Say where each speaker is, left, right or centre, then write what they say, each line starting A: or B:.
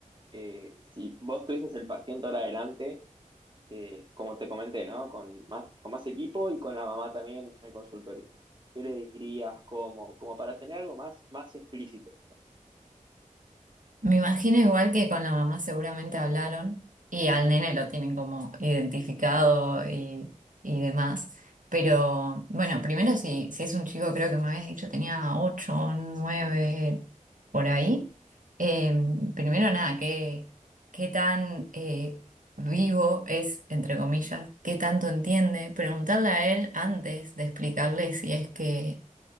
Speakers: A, on the right (about 35°); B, on the right (about 75°).
A: eh, si vos tuvieses el paciente ahora adelante eh, como te comenté, ¿no? Con más, con más equipo y con la mamá también en el consultorio. ¿Qué le dirías? ¿Cómo? Como para tener algo más, más explícito.
B: Me imagino igual que con la mamá seguramente hablaron y al nene lo tienen como identificado y, y demás. Pero bueno, primero si, si es un chico, creo que me habías dicho tenía 8, 9 por ahí. Eh, primero nada, qué, qué tan eh, vivo es, entre comillas, qué tanto entiende. Preguntarle a él antes de explicarle si es que